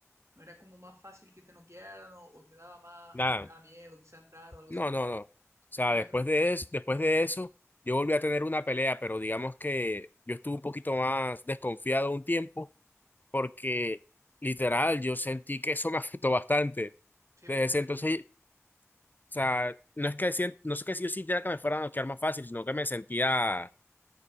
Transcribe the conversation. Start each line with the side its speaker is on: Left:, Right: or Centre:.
Right: no era como más fácil que te noquearan o, o te daba más,
Left: nada,
Right: te daba miedo quizá entrar o algo
Left: no,
Right: así.
Left: no, no. O sea,
Right: No te
Left: después
Right: tra-
Left: de eso, después de eso, yo volví a tener una pelea, pero digamos que yo estuve un poquito más desconfiado un tiempo porque literal yo sentí que eso me <laughs> afectó bastante.
Right: Sí,
Left: Desde
Right: po,
Left: ese
Right: es
Left: entonces
Right: que,
Left: O sea, no es que sien- no es que yo sintiera que me fuera a noquear más fácil, sino que me sentía,